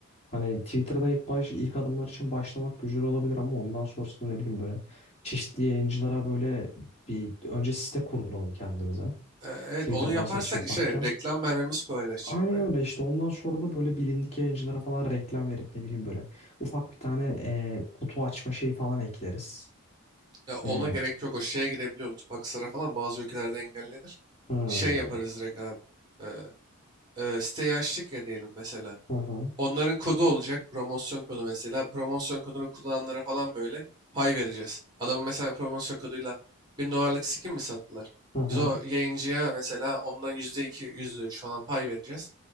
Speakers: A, on the left (about 30°); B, on the right (about 20°).
A: hani Twitter'da ilk baş ilk adımlar için başlamak güzel olabilir ama ondan sonrasında ne bileyim böyle çeşitli yayıncılara böyle bir önce site kurduralım kendimize.
B: Ee, evet
A: Twitter'dan
B: onu yaparsak
A: satış yaparken.
B: işte reklam vermemiz kolaylaşacak
A: Aynen
B: baya.
A: öyle işte ondan sonra da böyle bilindik yayıncılara falan reklam verip ne bileyim böyle ufak bir tane e, kutu açma şeyi falan ekleriz.
B: Ya ona
A: E,
B: gerek yok. O şeye girebiliyor. Lütfaksıra falan bazı ülkelerde engellenir.
A: hmm,
B: Şey yaparız direkt abi. Ee, e, siteyi açtık ya diyelim mesela.
A: hı hı,
B: Onların kodu olacak. Promosyon kodu mesela. Promosyon kodunu kullananlara falan böyle pay vereceğiz. Adamın mesela promosyon koduyla 1000 dolarlık skin mi sattılar?
A: hı hı,
B: Biz o yayıncıya mesela ondan yüzde iki, yüzde üç falan pay vereceğiz.